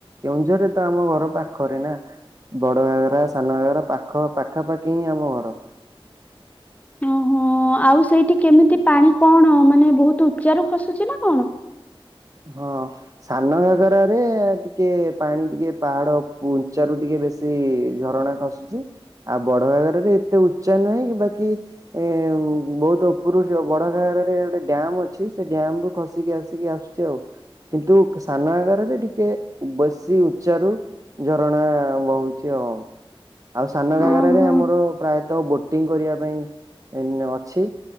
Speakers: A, on the right (about 35°); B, on the left (about 15°).
A: କେଉଁଝରରେ ତ ଆମ ଘର ପାଖରେ ନା। ବଡଘାଘରା, ସାନଘାଘରା ପାଖ-ପାଖାପାଖି ହିଁ ଆମ ଘର।
B: ଓହୋ, ଆଉ ସେଇଠି କେମିତି ପାଣି କଣ ମାନେ ବହୁତୁ ଉଚ୍ଚାରୁ ଖସୁଛି ନା କଣ?
A: ହଁ। ସାନଘାଘରା ରେ ଟିକେ ପାଣି, ଟିକେ ପାହାଡ ଉଞ୍ଚାରୁ ଟିକେ ବେଶୀ ସେଇ ଝରଣା ଖସୁଚି। ଆଉ ବଡଘାଘରାରେ ଏତେ ଉଚ୍ଚା ନାହିଁ। ବାକି ଏ ବହୁତ ଉପରୁ ଯୋଉ ବଡଘାଘରା ରେ ଗୋଟେ ଡ୍ୟାମ୍ ଅଛି। ସେଠ୍ ଡ୍ୟାମ୍ ରୁ ଖସିକି ଆସିକି ଆସୁଚି ଆଉ, କିନ୍ତୁ ସାନଘାଘରା ରେ ଟିକେ ବେଶି ଉଚ୍ଚା ରୁ ଝରଣା ବହୁଚି ଆଉ। ଆଉ ସାନ ଘାଘରା
B: ଓହୋ
A: ଘରେ ଆମର ପ୍ରାୟତଃ ଗୋଟ୍ ବୋଟିଂ କରିବା ପାଇଁ ଅଛି